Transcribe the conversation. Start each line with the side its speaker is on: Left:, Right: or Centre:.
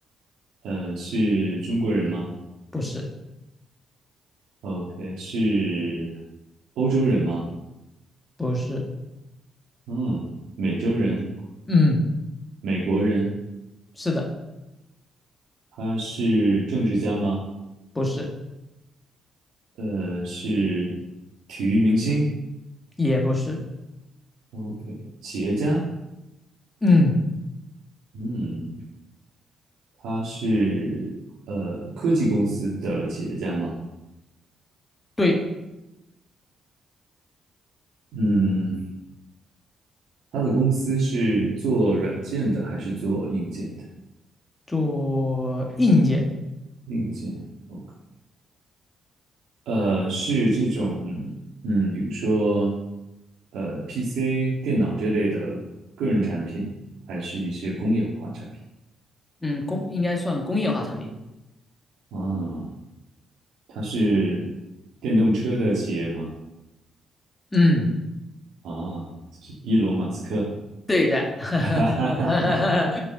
Right: 呃，是中国人吗
Left: 不是，
Right: ？OK，是欧洲人吗？
Left: 不是，
Right: 嗯，美洲人，
Left: 嗯，
Right: 美国人。
Left: 是的，
Right: 他是政治家吗？
Left: 不是，
Right: 呃，是体育明星。
Left: 也不是，
Right: OK，企业家。
Left: 嗯，
Right: 嗯，他是呃科技公司的企业家吗？
Left: 对。
Right: 嗯。他的公司是做软件的还是做硬件的？
Left: 做硬件，
Right: 硬件，OK，呃，是这种，嗯，比如说，呃，PC、电脑这类的个人产品，还是一些工业化产品
Left: 嗯，工应该算工业化产品。
Right: 啊？他是电动车的企业吗？
Left: 嗯，
Right: 啊，就是伊隆马斯克，
Left: 对的，<laughs>
Right: <laughs> 哈哈哈哈，